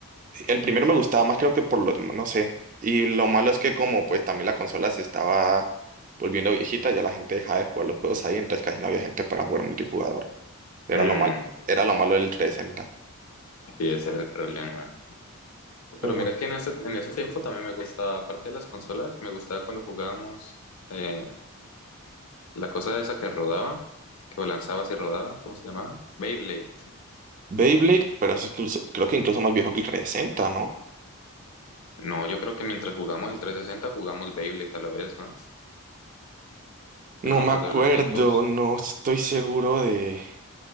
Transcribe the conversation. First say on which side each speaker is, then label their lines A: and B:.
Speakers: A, on the right; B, on the left.
A: El primero me gustaba más, creo que por los, no sé. Y lo malo es que como pues también la consola se estaba volviendo viejita, ya la gente dejaba de jugar los juegos ahí, entonces casi no había gente para jugar multijugador. Era
B: Mm,
A: lo mal, era lo malo del 360.
B: sí, ese era el problema.
A: Pero
B: Pero mira que en ese, en ese tiempo también me gustaba, aparte de las consolas, me gustaba cuando jugábamos eh, la cosa esa que rodaba, que lanzabas y rodaba, ¿cómo se llamaba? Beyblade.
A: Beyblade, pero es incluso- creo que incluso más viejo que el 360, ¿no?
B: No, yo creo que mientras jugamos el 360 jugamos Beyblade a la vez, ¿no?
A: No
B: Yo no me
A: me
B: acuerdo
A: acuerdo,
B: de los tiempos.
A: no estoy seguro de,